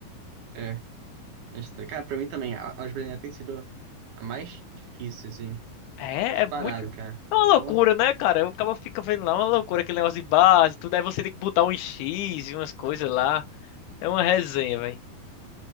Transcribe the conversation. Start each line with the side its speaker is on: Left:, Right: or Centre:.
Right: é. é estranho. Cara, pra mim também, a a álgebra linear tem sido a mais difícil, assim.
Left: É,
Right: Disparado,
Left: é muito.
Right: cara.
Left: É uma loucura,
Right: Pô.
Left: né, cara? O cara fica vendo lá é uma loucura, aquele negócio de base, tudo. Aí você tem que botar um X e umas coisas lá. É uma resenha, velho.